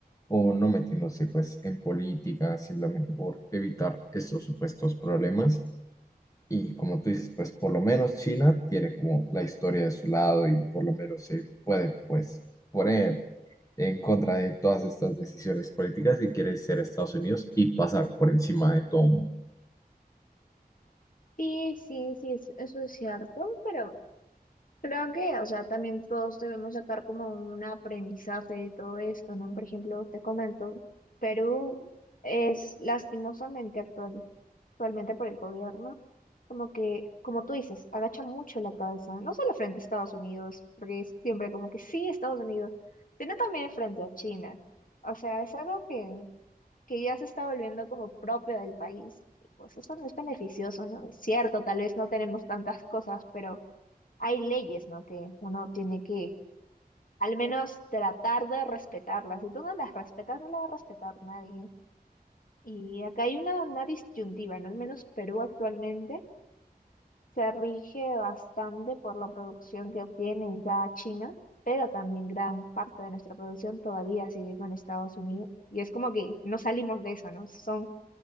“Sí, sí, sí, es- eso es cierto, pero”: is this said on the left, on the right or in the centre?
Left